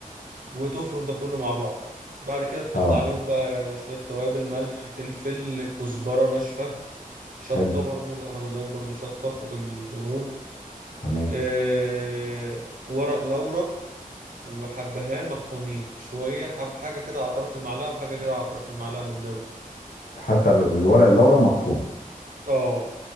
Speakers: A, on the right; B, on the left.
A: وتفرم ده كله مع بعض بعد كده تحط
B: اه
A: عليهم بقى شوية توابل ملح فلفل كزبرة ناشفة شطة
B: حلو
A: برضو انا بزود برضو شطة فوق القرون
B: تمام
A: آه... ورق لورا وحبهان مطحونين شوية حب حاجة كده على طرف المعلقة وحاجة كده على طرف المعلقة من دوت
B: حتى ال- الورق اللورا مطحون
A: اه